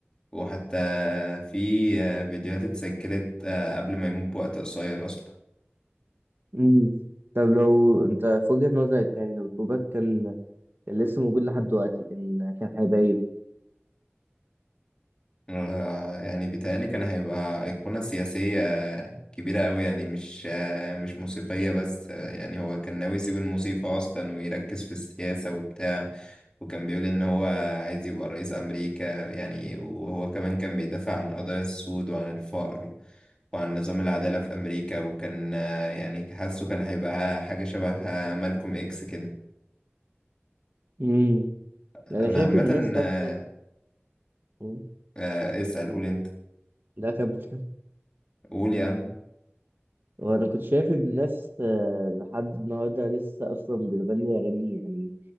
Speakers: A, on the left; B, on the right.
A: وحتى في آه، فيديوهات اتسجلت آه، قبل ما يموت بوقت قصير اصلا
B: مم. طب لو أنت في وجهة نظرك يعني لو كوبا كان كان لسه موجود لحد دلوقتي كان كان هيبقى إيه؟
A: آه، يعني بيتهيألي كان هيبقى أيقونة سياسية كبيرة أوي يعني مش آه، مش موسيقية بس آه، يعني هو كان ناوي يسيب الموسيقى أصلا ويركز في السياسة وبتاع وكان بيقول إن هو عايز يبقى رئيس أمريكا يعني وهو كمان كان بيدافع عن قضايا السود وعن الفقر وعن نظام العدالة في أمريكا وكان آه، يعني حاسه كان هيبقى حاجة شبه آه، مالكوم إكس كده
B: امم
A: أنا
B: انا شايف
A: عامة
B: الناس حتى
A: آه،
B: مم.
A: آه، اسأل قول أنت
B: ده كان بس
A: قول يا عم
B: وانا كنت شايف الناس آه، لحد النهارده لسه اصلا بتغني اغاني يعني